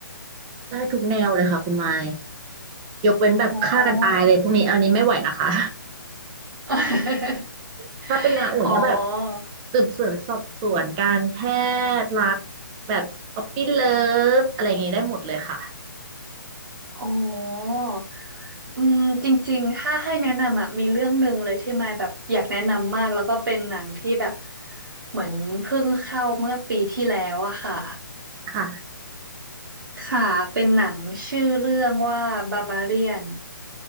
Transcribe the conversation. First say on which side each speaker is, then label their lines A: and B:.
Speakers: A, on the right (about 15°); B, on the right (about 70°).
A: ได้ทุกแนวเลยค่ะคุณไม้ยกเว้นแบบฆ่ากันตายเลยพวกนี้อันนี้ไม่ไหวนะคะ
B: อ๋อ <laughs>
A: <laughs> ถ้าเป็นแนวอื่นก็แบบ
B: อ๋อ
A: สืบสวนสอบสวนการแพทย์รักแบบป๊อปปี้เลิฟอะไรอย่างนี้ได้หมดเลยค่ะ
B: อ๋ออืมจริงๆถ้าให้แนะนำอะมีเรื่องหนึ่งเลยที่ไม่แบบอยากแนะนำมากแล้วก็เป็นหนังที่แบบเหมือนเพิ่งเข้าเมื่อปีที่แล้วอะค่ะ
A: ค่ะ
B: ค่ะ เป็นหนังชื่อเรื่องว่าบาบาเลียน